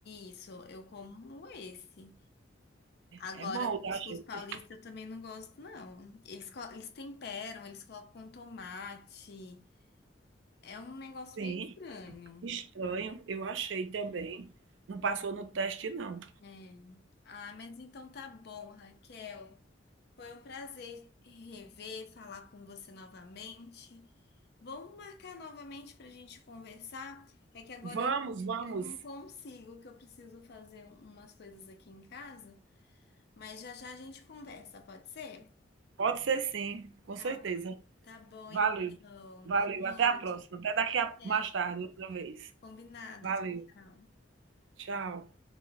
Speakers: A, on the left; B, on the right.
A: Isso, eu como esse. Agora,
B: é bom
A: os
B: da gente.
A: cuscuz paulista eu também não gosto, não. Eles, co- eles temperam, eles colocam um tomate. É um negócio
B: Sim,
A: meio estranho.
B: estranho, eu achei também. Não passou no teste, não.
A: É. Ah, mas então tá bom, Raquel. Foi um prazer rever, falar com você novamente. Vamos marcar novamente para a gente conversar? É que agora
B: Vamos,
A: eu,
B: vamos.
A: eu não consigo, que eu preciso fazer umas coisas aqui em casa, mas já já a gente conversa, pode ser?
B: Pode ser sim, com
A: Tá
B: certeza.
A: Tá bom,
B: Valeu,
A: então.
B: valeu.
A: Boa noite.
B: Até a próxima. Até daqui a
A: É,
B: mais tarde, outra vez.
A: combinado.
B: Valeu,
A: Tchau, tchau.
B: tchau.